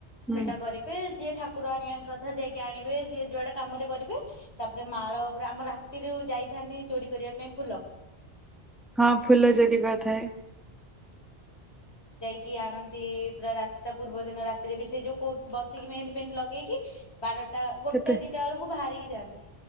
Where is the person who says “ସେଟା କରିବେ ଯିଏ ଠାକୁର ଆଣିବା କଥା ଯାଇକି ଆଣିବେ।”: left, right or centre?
Left